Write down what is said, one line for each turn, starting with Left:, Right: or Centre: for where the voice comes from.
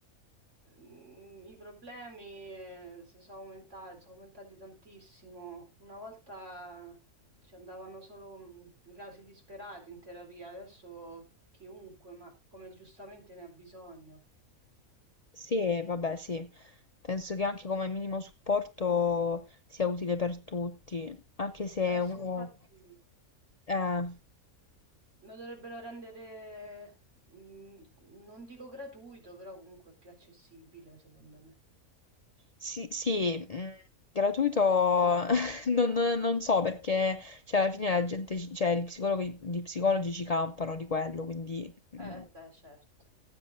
Right: mm, i problemi eh, si sono aumentati, sono aumentati tantissimo. Una volta ci andavano solo mm, i casi disperati in terapia, adesso chiunque, ma come giustamente ne ha bisogno.
Left: Sì, eh, vabbè, sì. Penso che anche come minimo supporto sia utile per tutti, anche se
Right: Eh sì,
Left: uno...
Right: infatti
Left: Eh,
Right: lo dovrebbero rendere, mm, non dico gratuito, però comunque più accessibile, secondo me.
Left: Sì, sì, mh, gratuito <laughs> non, non non so perché, cioè, alla fine la gente, ci- cioè, gli psicologi, gli psicologi ci campano di quello, quindi mh,
Right: Eh, beh, certo.